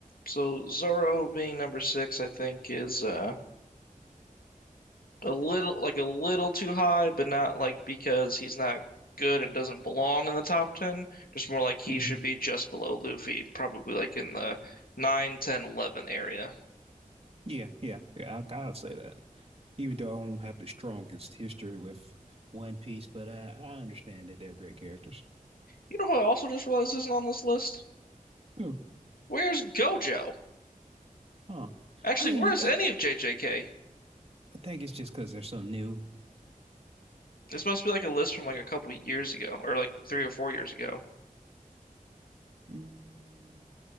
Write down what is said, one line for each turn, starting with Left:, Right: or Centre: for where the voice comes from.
Left: So Zoro being number six, I think, is uh, a little like a little too high, but not like because he's not good and doesn't belong in the top ten. Just more like he
Right: hmm
Left: should be just below Luffy, probably like in the 9, 10, 11 area.
Right: Yeah, yeah, yeah. I, I'll say that. Even though I don't have the strongest history with One Piece, but I, I understand that they're great characters.
Left: You know who I also just realized isn't on this list?
Right: Who?
Left: Where's Gojo?
Right: Huh.
Left: Actually,
Right: I mean,
Left: where's
Right: I,
Left: any of JJK?
Right: I think it's just because they're so new.
Left: This must be like a list from like a couple years ago, or like three or four years ago.
Right: Mm,